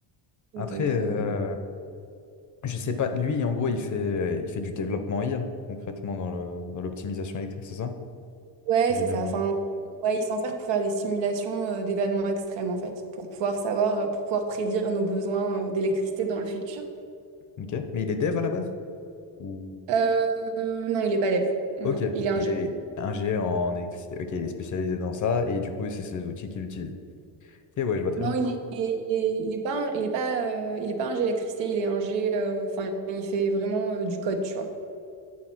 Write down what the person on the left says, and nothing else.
Après, euh,
je sais pas, lui, en gros, il fait, il fait du développement IA, concrètement, dans le, dans l'optimisation électrique, c'est ça?
Si
J'ai bien
compris.
Ok. Mais il est dev à la base? Ou...
Ok.
Il est ingé en électricité. Ok, il est spécialisé dans ça et du coup, c'est ses outils qu'il utilise. Ok, ouais, je vois très
bien.